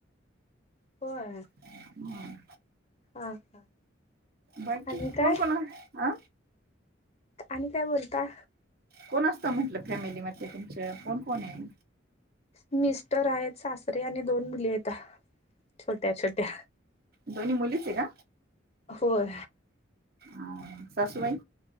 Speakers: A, on the left; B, on the right.
A: होय!
B: हम्म!
A: हां हा!
B: बाकी
A: आणि काय
B: कोण कोणा आ
A: आणि काय बोलता.
B: कोण असतं म्हटलं फॅमिलीमध्ये तुमच कोण कोण आहे?
A: मिस्टर आहेत सासरे आणि दोन मुली आहेता. छोट्या छोट्या
B: दोन्ही मुलीच आहे का?
A: होय.
B: आ सासूबाई?